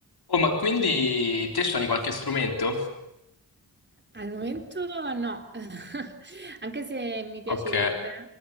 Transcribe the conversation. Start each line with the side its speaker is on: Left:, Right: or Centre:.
Left: Oh, ma quindi te suoni qualche strumento?
Right: Al momento no, <laughs> anche se mi piacerebbe,
Left: Ok.